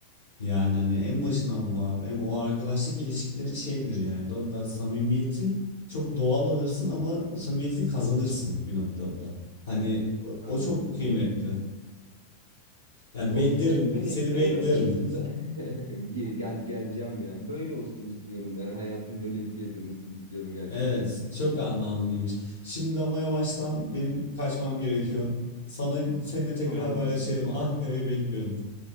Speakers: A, on the left; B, on the right.
A: Yani hani en başında bu var. Hem o arkadaşlık ilişkileri şeydir yani. Da, da samimiyeti çok doğal alırsın ama o samimiyeti kazanırsın bir noktada. Hani o,
B: Anladım,
A: o çok kıymetli.
B: anladım.
A: Yani
B: Of,
A: beklerim,
B: böyle
A: seni
B: böyle
A: beklerim.
B: olsun.
A: <laughs>
B: Bö- <laughs> Ge- Gel geleceğim ya. Böyle olsun istiyorum. Yani hayatım böyle bir şeye dönüşsün istiyorum gerçekten.
A: Evet, çok anlamlıymış. Şimdi ama yavaştan benim kaçmam gerekiyor. Sana seninle tekrar
B: Tamamdır.
A: haberleşelim. Ankara'ya bekliyorum.